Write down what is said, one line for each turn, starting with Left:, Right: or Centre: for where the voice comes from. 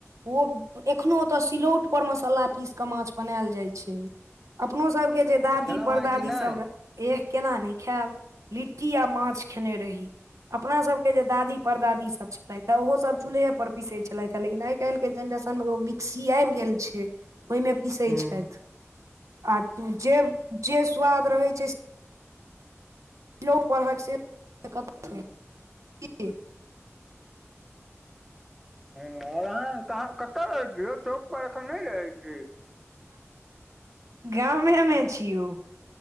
Right: ओ एखनो ओतऽ सिलौट पर मसाला पीस कऽ माछ बनैल जाइ छै। अपनो सबके
Centre: ओ
Right: जे दादी
Centre: तऽ खेलहुँ
Right: परदादी
Centre: हेँ कि नहि
Right: सब र- एह केना नै खेएब लिट्टी आ माछ खेने रही अपना सब। के जे दादी परदादी सब छेलैथै ओहो सब चूल्हे पर पिसै छलैथै लेकिन आइ कैल के जेनरेशन में ओ मि क्सि आइब गेल छैय ओय में पीसै
Centre: हूँ
Right: छैथ आ जे-जे स्वाद रहै छैय से सिलौट परहक से कतौ नै की।
Centre: हँ और अहाँ कहाँ कतऽ रहै छी, चौक पर एखन नै रहै छी।
Right: गामे मे छी यौ।